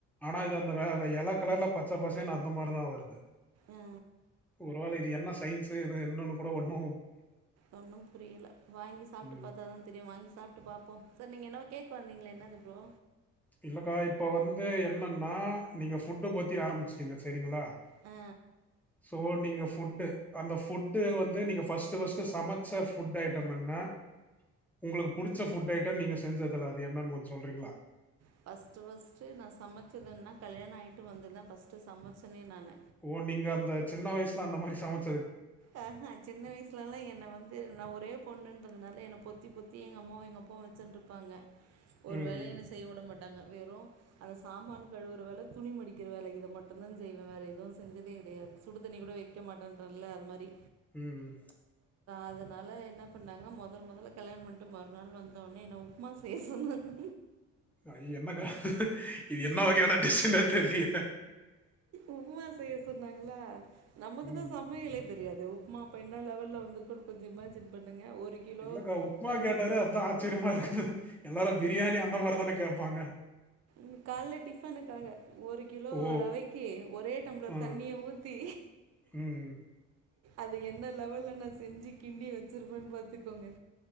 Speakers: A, in the centre; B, on the right.
A: ஆனா இத அந்த வே <unintelligible> எல கலர்ல பச்ச பசேன்னு அந்த மாரி தா வருது
B: ஆ
A: ஒரு வேல இ இது என்ன சயின்ஸு இது என்னன்னு கூட ஒன்னு
B: ஒண்ணும் புரியில வாங்கி சாப்ட்டு
A: ம்.
B: பாத்தா தா தெரியு வாங்கி சாப்ட்டு பாப்போ சேர் நீங்க என்னவோ கேக்க வந்தீங்ளே என்னது ப்ரோ
A: இல்லக்கா இப்ப வந்து என்னன்னா நீங்க ஃபுட்டு பத்தி ஆரம்பிச்சுட்டீங்க செரிங்ளா
B: அ
A: சோ நீங்க ஃபுட்டு அந்த ஃபுட்டு வந்து நீங்க ஃபஸ்ட்டு ஃபஸ்ட்டு சமைச்ச ஃபுட் ஐட்டம் என்னா உங்குளுக்கு புடிச்ச ஃபுட் ஐட்டம் நீங்க செஞ்சதல அது என்னன் கொஞ் சொல்றீங்ளா
B: ஃபஸ்ட்டு ஃபஸ்ட்டு நா சமச்சதுன்னா நா கல்யணோ ஆய்ட்டு வந்தது தா ஃபஸ்ட்டு சமைச்சனே நானு
A: ஓ நீங்க அந்த சின்ன வயசுல அந்த மாரி சமச்
B: அ அ சின்ன வயஸ்ல லா என்ன வந்து நா ஒரே பொண்ணுன்றதுனால என்ன பொத்தி பொத்தி எங்க அம்மாவு எங்க அப்பாவு வச்சுஞ்ட்ருப்பாங்க ஒரு
A: ம்
B: வேல என்ன செய்ய விட மாட்டாங்க வெறு அதை சாமான கழுவற வேல துணி மடிக்கிற வேல இத மட்டுந்தா செய்வே வேற எதுவும் செஞ்சதே கெடயாது சுடு தண்ணி கூட வெக்க மாட்டேன்றல அது மாரி
A: ம் ம்
B: அதனால என்ன பண்ணாங்க மொதல் மொதல்ல கல்யாணம் பண்ணிட்டு மறுநாள் வந்த உட்னே என்ன உப்புமா சேய்ய சொன்னாங்க
A: ஐய, என்னக்கா இது என்ன வகையான டிஷ்ஷுன்னே தெரியலையே
B: உப்மா செய்ய சொ ன்னாங்களா நமக்குதா
A: ம்
B: சமையலே தெரியாது உப்மா அப்போ என்ன லெவல்லல வந்துருக்குன் கொஞ்சோ இமாஜின் பண்ணுங்க ஒரு கிலோ
A: இல்லக்கா உப்மா
B: அஹ்
A: கேட்டாரே அத்தா ஆச்சரியமா இருக்குது எல்லாரு பிரியாணி அந்த மாரி தானே கேப்பாங்க
B: உ கால டிஃபனுக்காக ஒரு கிலோ
A: ஓ
B: ரவைக்கு ஒரே டம்ளர்
A: ஆ
B: தண்ணிய ஊத்தி
A: ம்
B: அது என்ன லெவல்ல நான் செஞ்சு கிண்டி வச்சிருப்பேன்னு பாத்துக்கோங்க